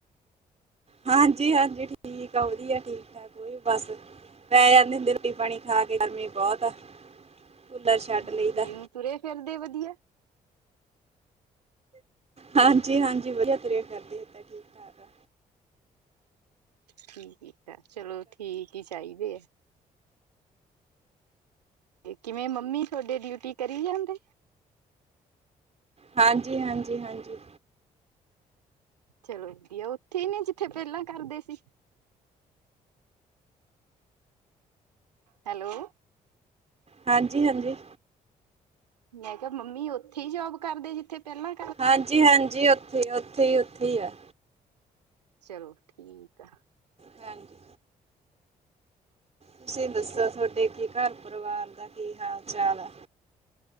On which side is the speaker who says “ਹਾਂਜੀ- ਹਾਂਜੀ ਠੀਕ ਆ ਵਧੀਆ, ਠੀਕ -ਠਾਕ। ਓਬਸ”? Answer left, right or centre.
Right